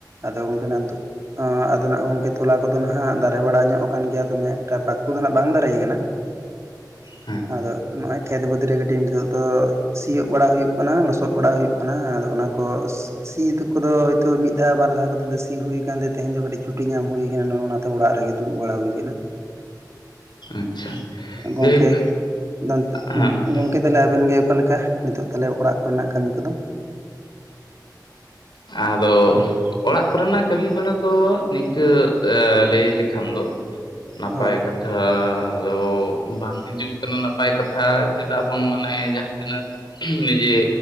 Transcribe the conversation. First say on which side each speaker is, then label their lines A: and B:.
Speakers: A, on the right (about 40°); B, on the left (about 85°).
A: ᱟᱫᱚ ᱜᱚᱢᱠᱮᱱᱟᱜ ᱱᱤᱛᱚᱜ ᱚᱸ ᱟᱫᱚ ᱱᱟᱜ ᱜᱚᱢᱠᱮ ᱛᱚᱞᱟ ᱠᱚᱫᱚ ᱱᱟᱦᱟᱸᱜ ᱫᱟᱨᱮ ᱵᱟᱲᱟ ᱧᱚᱜ ᱟᱠᱟᱱ ᱜᱮᱭᱟ ᱫᱚᱢᱮ ᱮᱠᱴᱟ ᱯᱟᱹᱛᱩ ᱫᱚ ᱱᱟᱜ ᱵᱟᱝ ᱫᱟᱨᱮᱭ ᱠᱟᱱᱟ᱾
B: ᱦᱮᱸ
A: ᱟᱫᱚ ᱱᱚᱸᱜᱼᱚᱭ ᱠᱷᱮᱛ ᱵᱟᱹᱫᱽ ᱨᱮ ᱠᱟᱹᱴᱤᱡ ᱱᱤᱛᱚᱜ ᱫᱚ ᱥᱤᱭᱳᱜ ᱵᱟᱲᱟ ᱦᱩᱭᱩᱜ ᱠᱟᱱᱟ ᱞᱚᱥᱚᱫ ᱵᱟᱲᱟ ᱦᱩᱭᱩᱜ ᱠᱟᱱᱟ ᱟᱫᱚ ᱚᱱᱟᱠᱚ ᱥᱤ ᱫᱟ ᱠᱚᱫᱚ ᱦᱳᱭᱛᱳ ᱢᱤᱜ ᱢᱤᱫ ᱫᱷᱟᱣ ᱵᱟᱨ ᱫᱷᱟᱣ ᱠᱟᱛᱮ ᱫᱚ ᱥᱤ ᱦᱩᱭ ᱠᱟᱱᱛᱮ ᱛᱮᱦᱮᱧ ᱫᱚ ᱠᱟᱹᱴᱤᱡ ᱪᱷᱩᱴᱤ ᱧᱟᱢ ᱦᱩᱭ ᱠᱟᱱᱟ ᱱᱚᱜᱼᱚ, ᱚᱱᱟ ᱛᱮ ᱚᱲᱟᱜ ᱨᱮᱜᱮ ᱫᱩᱲᱩᱵ ᱵᱟᱲᱟ ᱦᱩᱭ ᱠᱟᱱᱟ᱾
B: ᱟᱪᱪᱷᱟ
A: ᱜᱚᱢᱠᱮ
B: ᱡᱟᱭᱦᱳᱠ
A: ᱫᱚᱱᱛᱮ
B: ᱦᱮᱸ ᱢᱟ
A: ᱜᱚᱢᱠᱮ
B: ᱞᱟᱹᱭ
A: ᱛᱟᱦᱚᱞᱮ ᱟᱵᱮᱱ ᱜᱮ ᱚᱠᱟ ᱞᱮᱠᱟ, ᱱᱤᱛᱚᱜ ᱛᱟᱦᱚᱞᱮ ᱚᱲᱟᱜ ᱠᱚᱨᱮᱱᱟᱜ ᱠᱟᱹᱢᱤ ᱠᱚᱫᱚ?
B: ᱟᱫᱚ ᱚᱲᱟᱜ ᱠᱚᱨᱮᱱᱟᱜ ᱠᱟᱹᱢᱤ ᱵᱟᱲᱟ ᱫᱚ ᱱᱤᱝᱠᱟᱹ ᱮᱸ ᱞᱟᱹᱭ ᱞᱮᱠᱷᱟᱱ ᱫᱚ ᱱᱟᱯᱟᱭ
A: ᱦᱳᱭ
B: ᱠᱟᱛᱷᱟᱻ ᱫᱚᱻ ᱵᱟᱝ ᱦᱤᱡᱩᱜ ᱠᱟᱱᱟ ᱱᱟᱯᱟᱭ ᱠᱟᱛᱷᱟ ᱪᱮᱫᱟᱜ ᱵᱟᱝ ᱢᱟᱱᱮ ᱡᱟᱦᱟᱸ ᱛᱤᱱᱟᱹᱜ ᱱᱤᱡᱮ